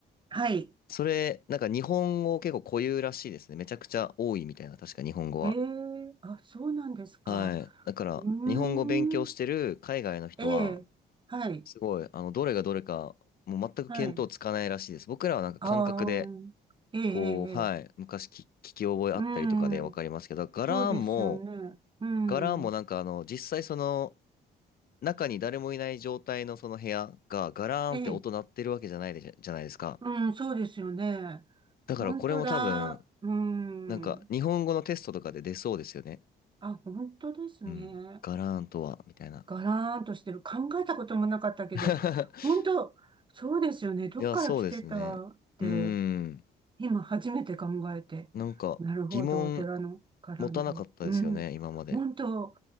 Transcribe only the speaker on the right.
はい。
え、へえ、あ、そうなんですか。
うーん。
ええ、はい、
はい。
ああ、ええ、ええ、
ええ
うん、
そうですよね。うん、
ええ、うん、そうですよね。
本当だ、うん。
あ、本当ですね。
ガラーンとしてる。考えたこともなかったけど、
本当、そうですよね。どっから来てたって、
今初めて考えて。
なるほど、
お寺のガランド。
うん、
本当、